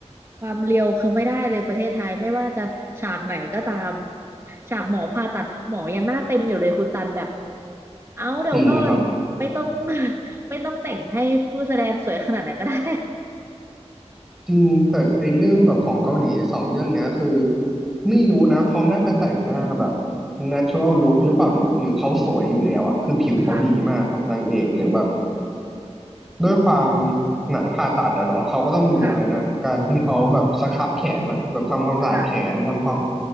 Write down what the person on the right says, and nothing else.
ความเรียวคือไม่ได้เลยประเทศไทยไม่ว่าจะฉากไหนก็ตามฉากหมอผ่าตัดหมอยังหน้าเต็มอยู่เลยคุณซันแบบเอ้าเดี๋ยวก่อนไม่ต้อง
<laughs> ไม่ต้องแต่งให้ผู้แสดงสวยขนาดนั้นก็ได้
<laughs> ค่ะ
ค่ะค่ะ